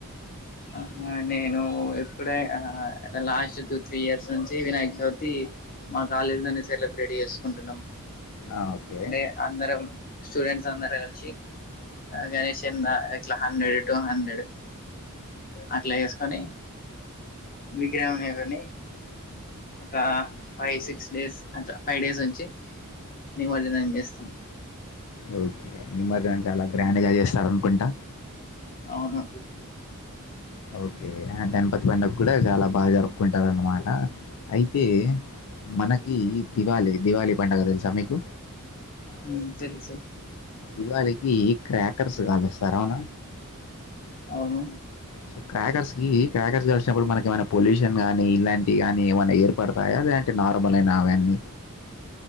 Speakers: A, on the left; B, on the left.
A: ఆ నేను ఎప్పుడే ఆ లాస్ట్ టూ త్రీ ఇయర్స్ నుంచి వినాయక చవితి మా కాలేజ్ లోనే సెలెబ్రేట్ చేసుకుంటున్నాం
B: ఆ ఓకే
A: అంటే అందరం స్టూడెంట్స్ అందరం అంత కలిసి ఆ గణేష్ చంద ఇట్ల హండ్రెడు టూ హండ్రెడు అట్లా వేసుకొని విగ్రహం ని కొని ఒక ఫైవ్ సిక్స్ డేస్ అట్ల ఫైవ్ డేస్ ఉంచి నిమజ్జనం చేస్తం
B: ఓకే నిమజ్జనం చాలా గ్రాండ్ గా చేస్తారు అనుకుంటా
A: అవును
B: ఓకే ఆ గణపతి పండగ కూడా చాలా బాగా జరుపుకుంటారు అన్నమాట అయితే మనకి దివాళి దివాళి పండగ తెలుసా మీకు
A: ఊ తెలుసు
B: దివాళికి క్రాకర్స్ కాలుస్తారు అవునా
A: అవును
B: సో క్రాకర్స్ కి క్రాకర్స్ కాల్చినప్పుడు మనకెమన పొల్యూషన్ గానీ ఇలాంటి టియి గని ఏమన్నా ఏర్పడతాయా లేదంటే నార్మల్ ఏనా అవన్నీ